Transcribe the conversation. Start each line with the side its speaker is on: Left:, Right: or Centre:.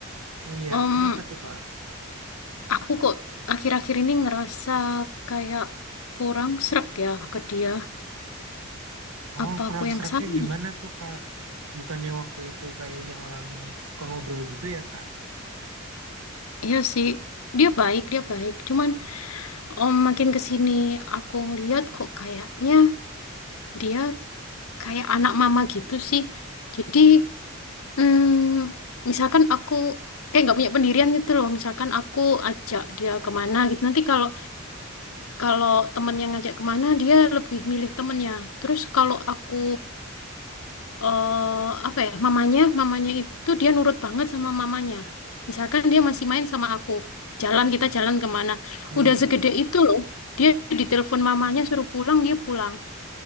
Right: Oh iya
Left: Em,
Right: kenapa tuh Kak?
Left: aku kok akhir-akhir ini ngerasa kayak kurang srek ya ke dia.
Right: Oh
Left: Apa
Right: kurang
Left: aku yang
Right: sereknya
Left: salah?
Right: gimana tuh Kak? Bukannya waktu itu kayaknya orangnya suka ngobrol gitu ya Kak?
Left: Iya sih, dia baik, dia baik. Cuman om makin kesini aku ngeliat kok kayaknya dia kayak anak mama gitu sih. Jadi Hmm, misalkan aku kayak nggak punya pendirian gitu loh. Misalkan aku ajak dia kemana gitu. Nanti kalau kalau temen yang ngajak kemana dia lebih milih temennya. Terus kalau aku eh apa ya mamanya mamanya itu dia nurut banget sama mamanya. Misalkan dia masih main sama aku. Jalan kita jalan kemana.
Right: Hmm.
Left: Udah segede itu loh. Dia ditelepon mamanya suruh pulang dia pulang.